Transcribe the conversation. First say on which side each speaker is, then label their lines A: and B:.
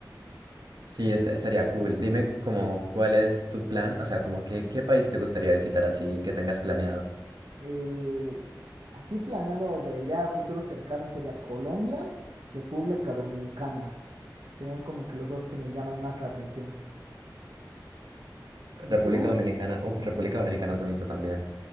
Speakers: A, on the right; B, on the right.
A: Sí, esta- estaría cool. Dime como cuál es tu plan. O sea, como que qué país te gustaría visitar así que tengas planeado.
B: Eh, así planeado de ya a futuro cercano sería Colombia, República Dominicana. Serían como que los dos que me llaman más la atención. ¿Y
A: República
B: tú?
A: Dominicana. Uf, República Dominicana es bonito también.